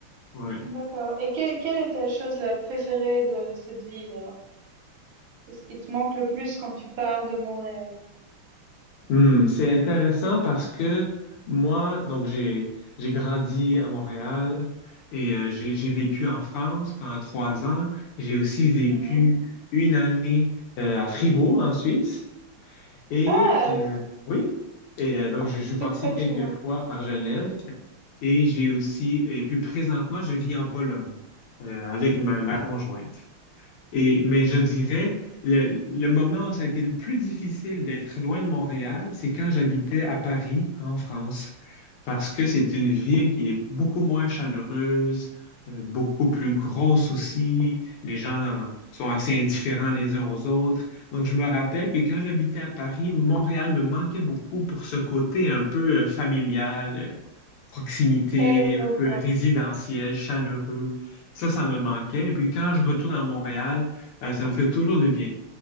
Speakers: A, on the left; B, on the right.
A: Ouais.
B: D'accord. Et que- quelle est ta chose la préférée de cette ville alors? Qu'est-ce qui te manque le plus quand tu pars de Montréal?
A: Hmm, c'est intéressant parce que moi, donc j'ai j'ai grandi à Montréal et euh, j'ai j'ai vécu en France pendant trois ans. J'ai aussi vécu
B: Mm-hmm.
A: une année euh, à Fribourg en Suisse et
B: Ah!
A: euh, oui et euh, donc je je suis
B: C'est
A: passé
B: tout près
A: quelques
B: de chez moi.
A: fois par Genève et j'ai aussi et puis présentement je vis en Pologne euh, avec ma, ma conjointe. Et, mais je dirais, le, le moment où ça a été le plus difficile d'être loin de Montréal, c'est quand j'habitais à Paris, en France, parce que c'est une ville qui est beaucoup moins chaleureuse, euh, beaucoup plus grosse aussi. Les gens euh, sont assez indifférents les uns aux autres. Donc, je me rappelle que quand j'habitais à Paris, Montréal me manquait beaucoup pour ce côté un peu euh, familial, euh, proximité,
B: Chaleureux,
A: un
B: quoi.
A: peu résidentiel, chaleureux. Ça, ça me manquait. Et puis quand je retourne à Montréal, euh, ça me fait toujours du bien.